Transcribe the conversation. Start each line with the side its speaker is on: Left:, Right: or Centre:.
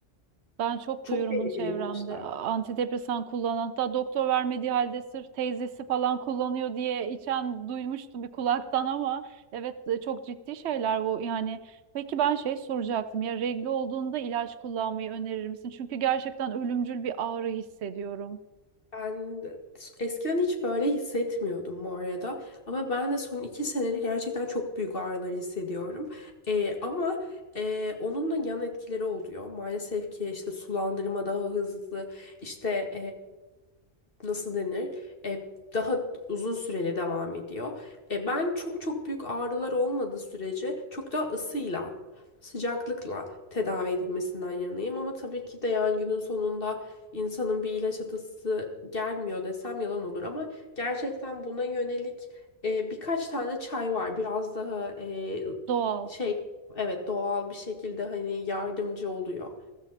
Right: Ben çok
Left: Çok
Right: duyuyorum
Left: tehlikeli
Right: bunu çevremde.
Left: ilaçlar.
Right: A- Antidepresan kullanan, hatta doktor vermediği halde sırf teyzesi falan kullanıyor diye içen duymuştum bir kulaktan ama evet e, çok ciddi şeyler bu. Yani peki ben şey soracaktım ya regl olduğunda ilaç kullanmayı önerir misin? Çünkü gerçekten ölümcül bir ağrı hissediyorum.
Left: Ben de- eskiden hiç böyle hissetmiyordum bu arada. Ama ben de son iki senedir gerçekten çok büyük ağrıları hissediyorum. Ee, ama e, onun da yan etkileri oluyor. Maalesef ki işte sulandırma daha hızlı, işte nasıl denir? E, daha uzun süreli devam ediyor. E, ben çok çok büyük ağrılar olmadığı sürece çok daha ısıyla, sıcaklıkla tedavi edilmesinden yanayım. Ama tabii ki de yani günün sonunda insanın bir ilaç atası gelmiyor desem yalan olur. Ama gerçekten buna yönelik e, birkaç tane çay var. Biraz daha e,
Right: Doğal.
Left: şey evet doğal bir şekilde hani yardımcı oluyor.